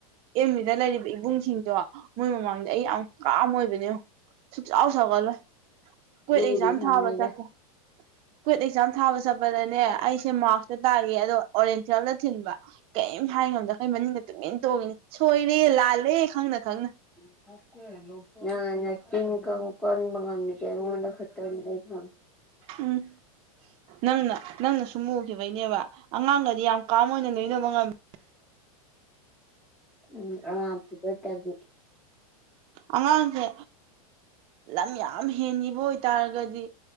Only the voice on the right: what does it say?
ꯑꯦꯝ <unintelligible> ꯂꯩꯔꯤꯕ ꯏꯕꯨꯡꯁꯤꯡꯗꯣ ꯃꯣꯏ ꯃꯃꯥꯡꯗ ꯑꯩ ꯌꯥꯝ ꯀꯥꯝ ꯑꯣꯏꯕꯅꯦ ꯌꯦꯉꯣ ꯁꯨꯡꯁꯥꯎ ꯁꯥꯎꯒꯠꯂꯣꯏ ꯀꯨꯋꯏꯠ
ꯑꯦꯛꯖꯥꯝ
ꯊꯥꯕ ꯆꯠꯂꯦ ꯀꯨꯋꯏꯠ ꯑꯦꯛꯖꯥꯝ ꯊꯥꯕ ꯆꯠꯄꯗꯅꯦ ꯑꯩꯁꯦ ꯃꯥꯔꯛꯇ ꯇꯥꯏꯌꯦ ꯑꯗꯣ ꯑꯣꯔꯦꯟꯇꯦꯜꯗ ꯊꯤꯟꯕ ꯀꯔꯤꯝ ꯍꯥꯏꯉꯝꯗꯈꯩ ꯃꯅꯤꯡꯗ ꯇꯨꯃꯤꯟ ꯇꯣꯡꯉꯤꯅꯤ ꯁꯣꯏꯔꯦ ꯂꯥꯜꯂꯦ ꯈꯪꯅ ꯈꯪꯅ
ꯎꯝ ꯅꯪꯅ ꯅꯪꯅ ꯁꯨꯝꯃꯨ ꯊꯈꯤꯕꯩꯅꯦꯕ ꯑꯉꯥꯡꯒꯗꯤ ꯌꯥꯝ ꯀꯥꯝ ꯑꯣꯏꯅ ꯂꯣꯏꯅꯕ ꯉꯝꯃꯦ
ꯑꯉꯥꯡꯁꯦ ꯂꯝ ꯌꯥꯝ ꯌꯥꯝ ꯍꯦꯟꯈꯤꯕ ꯑꯣꯏꯇꯥꯔꯒꯗꯤ